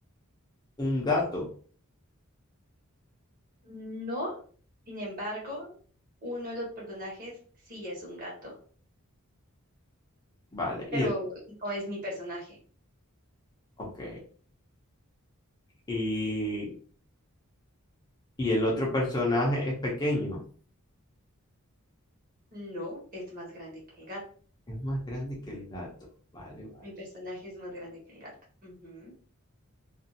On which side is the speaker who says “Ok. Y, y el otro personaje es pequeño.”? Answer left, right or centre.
Left